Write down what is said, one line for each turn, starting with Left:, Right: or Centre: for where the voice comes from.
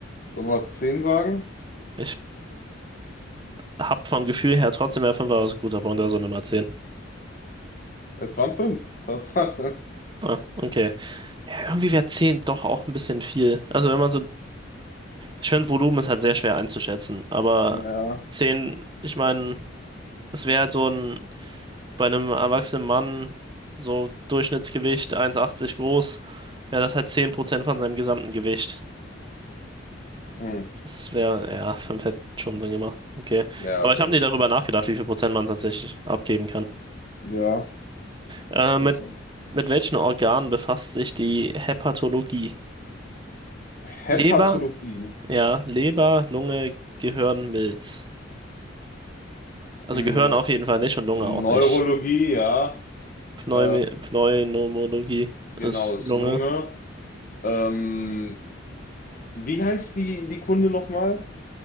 Left: Sollen wir zehn sagen?
Right: Ich hab vom Gefühl her trotzdem, ja, 5 war ein guter Punkt, also Nummer 10.
Left: Es waren fünf <laughs> Tatsache.
Right: Ah, okay. Ja, irgendwie wäre 10 doch auch ein bisschen viel. Also wenn man so, ich finde Volumen ist halt sehr schwer einzuschätzen, aber
Left: Ja.
Right: 10, ich meine, das wäre halt so ein, bei einem erwachsenen Mann, so Durchschnittsgewicht 1,80 groß, wäre das halt 10% von seinem gesamten Gewicht.
Left: Hm.
Right: Das wäre, ja, 5 hätte schon Sinn gemacht. Okay.
Left: Ja,
Right: Aber
Left: okay.
Right: ich habe nie darüber nachgedacht, wie viel Prozent man tatsächlich abgeben kann.
Left: Ja.
Right: Äh,
Left: Ist
Right: mit,
Left: das so?
Right: mit welchen Organen befasst sich die Hepatologie?
Left: Hepatologie.
Right: Leber, Ja, Leber, Lunge, Gehirn, Milz. Also
Left: Hm.
Right: Gehirn auf jeden Fall nicht und Lunge
Left: Neurologie,
Right: auch nicht.
Left: ja.
Right: Pneumi
Left: Äh,
Right: Pneumologie
Left: genau,
Right: ist
Left: ist
Right: Lunge.
Left: Lunge. Ähm, Wie heißt die, die Kunde nochmal?